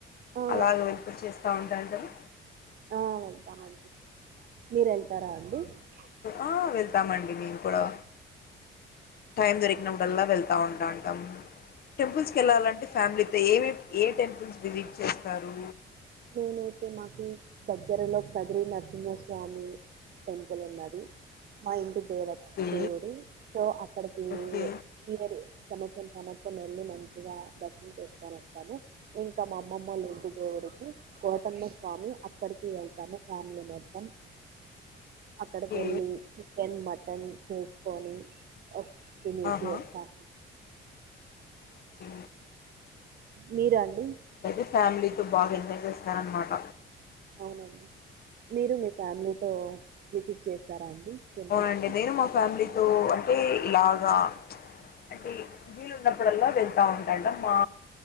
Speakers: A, on the right (about 50°); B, on the left (about 50°).
A: ఆ
B: అలాగ వినిపిచ్చేస్తా ఉంటాంటరు.
A: ఆహ్ వెళ్తామండి. మీరు వెళ్తారా అండి
B: ఆహ్ వెళ్తామండి మేము కూడా. టైం దొరికినప్పుడాల్ల వెళ్తా ఉంటాంటం. టెంపుల్స్కి వెళ్ళాలంటే ఫ్యామిలీతో ఏవేవి ఏ టెంపుల్స్ విజిట్ చేస్తారు.
A: నేనైతే మాకు దగ్గరలో కదిరి నరసింహస్వామి. టెంపుల్ ఉన్నది మా ఇంటి. దేవత
B: ఓకే
A: దేవుడు సో అక్కడికి
B: ఓకే
A: వీలేరు. సంవత్సరం సంవత్సరం వెళ్ళి మంచిగా దర్శనం చేసుకొని వస్తాము ఇంకా మా అమ్మమ్మలు ఊరికి. కోటన్న స్వామి అక్కడికి వెళ్తాను ఫ్యామిలీ మొత్తం. అక్కడికి
B: ఓకే
A: వెళ్ళి చికెన్ మటన్ చేసుకొని. తినేసి
B: ఆహా
A: వస్తాం.
B: ఓకే.
A: మీరండి.
B: అయితే ఫ్యామిలీతో బాగా ఎంజాయ్ చేస్తారనమాట.
A: అవునండి మీరు మీ ఫ్యామిలీతో విసిట్ చేస్తారా అండి. టెంపుల్స్కి
B: హ అండి నేను మా ఫ్యామిలీతో అంటే ఇలాగా. అంటే వీలు ఉన్నప్పుడల్లా వెళ్తా ఉంటండా మా.